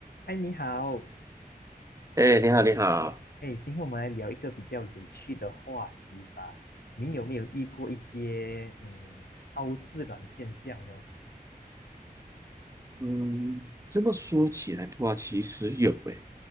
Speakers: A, on the left (about 80°); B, on the right (about 20°).
A: 嗨，你好，
B: 哎，你好，你好。
A: 哎，今天我们来聊一个比较有趣的话题吧。你有没有遇过一些嗯超自然现象呢？
B: 嗯，这么说起来的话，其实有诶。